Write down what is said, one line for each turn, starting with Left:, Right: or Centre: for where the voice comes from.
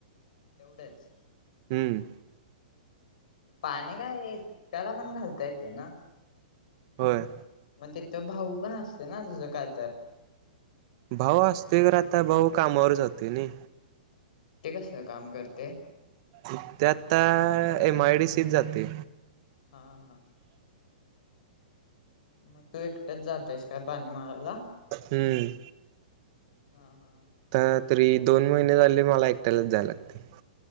Left: एवढंच.
Right: हं.
Left: पाणी काय एकट्याला पण घालता येतंय ना
Right: होय
Left: मग तिथं भाऊ पण असतोय ना तुझा कायतर
Right: भाऊ असतोय खरं आत्ता भाऊ कामावर जातोय नै
Left: ते कसलं काम करतंय
Right: उक्त्या आत्ता एमआयडीसीत जातंय
Left: हा हा मग तू एकटंच जातंयस काय पाणी मारायला
Right: हम्म
Left: हा हा
Right: आत्ता तरी दोन महिने झाले मला एकट्यालाच जाय लागतंय